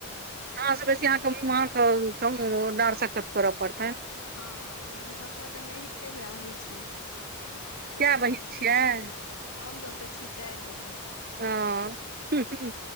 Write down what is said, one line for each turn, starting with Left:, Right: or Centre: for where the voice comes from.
Right: अहाँ से बेसी अहाँके मुंह अहांके उम्म कम डार सक्कत करऽ पड़तैन।
Left: हां-हां कियाकि सबटा तऽ नहिरै से आबै छै तै
Right: कै
Left: दुआरे।
Right: बहिन छियै
Left: हम सब तऽ छी चाएर बहिन।
Right: हां हुं-हुं।